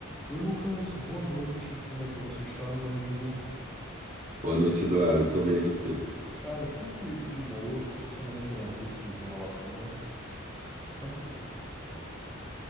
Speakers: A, in the centre; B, on the right.
A: Oi, Lucas, boa noite. Como é que você está, meu amigo?
B: Boa noite, Eduardo. Tô bem, e você?
A: Cara, tranquilo, de boa. Sussa na montanha-russa, de boa na lagoa. Tranquilo.